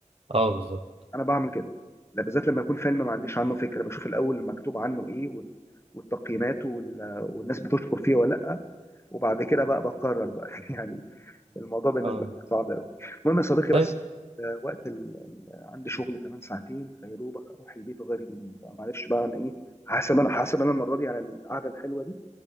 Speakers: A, on the right; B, on the left.
A: اه بالظبط
B: انا بعمل كده لا بالذات لما يكون فيلم ما عنديش عنه فكره بشوف الاول مكتوب عنه ايه وال- والتقييمات وال- والناس بتشكر فيه ولا لا وبعد كده بقى بقرر بقى <laughs> يعني الموضوع بالنسبه
A: اه
B: لي صعب قوي المهم يا صديقي
A: طيب
B: بس آه، وقت ال... ال- عندي شغل كمان ساعتين فيا دوبك اروح البيت اغير هدومي فمعلش بقى انا ايه هحاسب انا هحاسب انا المره دي على القعده الحلوه دي